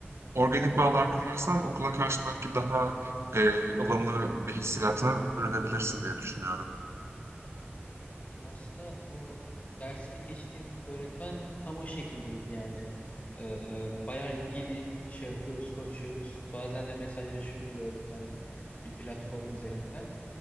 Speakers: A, on the right (about 80°); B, on the left (about 35°).
A: organik bağlar kurarsan okula karşı belki daha e, ılımlı bir hissiyata bürünebilirsin diye düşünüyorum.
B: Ya aslında o dersini geçtiğim öğretmen tam o şekildeydi yani. Ee, bayağı ilgili şey yapıyoruz, konuşuyoruz. Bazen de mesajlaşıyoruz öğretmenle bir platform üzerinden.